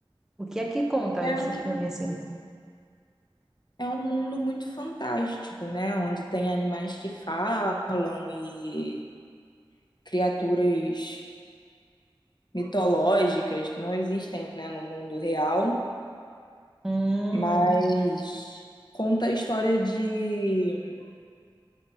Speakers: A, in the centre; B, on the left.
A: O que é que conta
B: É,
A: esse filme assim?
B: É um mundo muito fantástico, né? Onde tem animais que falam e criaturas mitológicas que não existem, né, no mundo real,
A: Hum,
B: mas conta a história de